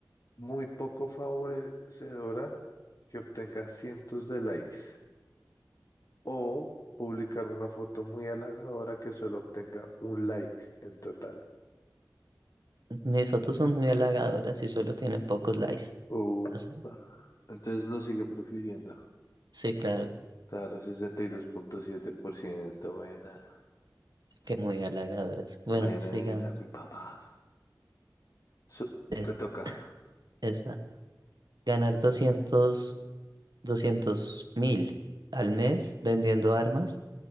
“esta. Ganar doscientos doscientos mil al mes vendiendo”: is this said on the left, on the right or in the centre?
Right